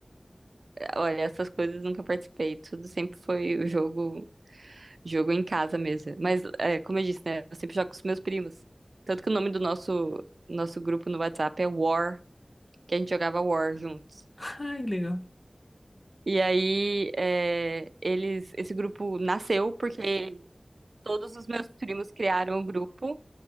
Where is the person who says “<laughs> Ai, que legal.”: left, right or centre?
Left